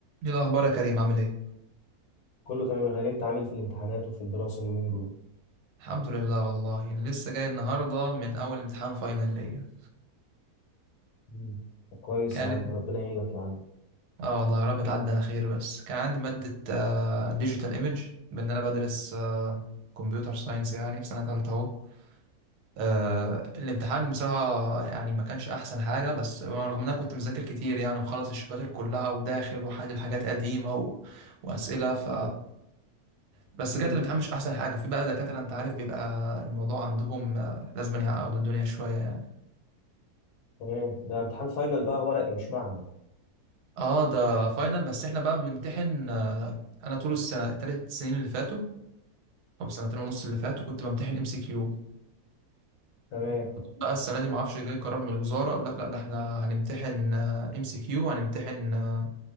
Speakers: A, on the right; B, on the left.
A: ايه الاخبار يا كريم عامل ايه
B: كله تمام يا غالي انت عامل ايه في الامتحانات وفي الدراسة اليومين دول
A: الحمد لله والله لسه جاي النهارده من اول امتحان فاينل ليا
B: مم. طب كويس
A: كانت
B: يا عم ربنا يعينك يا عم
A: اه والله يا رب تعدي على خير بس كان عندي ماده ديجيتال ايمج بان انا بدرس كمبيوتر ساينس يعني في سنه ثالثه اهو آه، الامتحان بصراحه يعني ما كانش احسن حاجه بس رغم ان انا كنت مذاكر كتير يعني ومخلص الشباتر كلها وداخل وحل حاجات قديمه و... واسئله ف بس
B: مم.
A: جت الامتحان مش احسن حاجه في بقى دكاتره انت عارف بيبقى الموضوع عندهم آه، لازم يعني يعقدوا الدنيا شويه يعني
B: تمام ده امتحان فاينل بقى ورقي مش معمل
A: اه ده فاينل بس احنا بقى بنمتحن آه، انا طول السنه التلات سنين اللي فاتوا او سنتين ونص اللي فاتوا كنت بمتحن ام سي كيو
B: تمام
A: بقى السنه دي ما اعرفش جاي قرار من الوزاره اقول لك لا ده احنا هنمتحن ام سي كيو وهنمتحن آه،